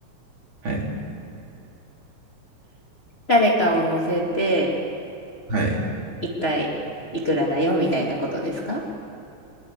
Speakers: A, on the right; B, on the left.
A: はい。
B: 誰かを乗せて、
A: はい。
B: 一回いくらだよみたいなことですか